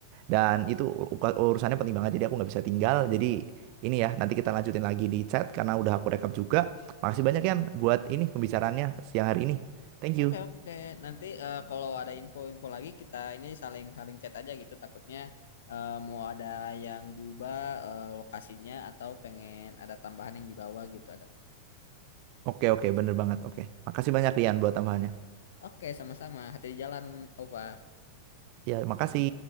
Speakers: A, on the right; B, on the left.
A: Dan itu u- urusannya penting banget, jadi aku nggak bisa tinggal. Jadi ini ya, nanti kita lanjutin lagi di chat karena udah aku rekap juga. Makasih banyak Yan buat ini pembicaraannya siang hari ini. Thank
B: Oke
A: you.
B: oke nanti eh, kalau ada info-info lagi kita ini saling-saling chat aja gitu takutnya eh, mau ada yang diubah eh, lokasinya atau pengen ada tambahan yang dibawa gitu ada.
A: Oke, oke, bener banget. Oke, makasih banyak Rian buat tambahannya.
B: Oke sama-sama hati di jalan Ova.
A: Ya, makasih.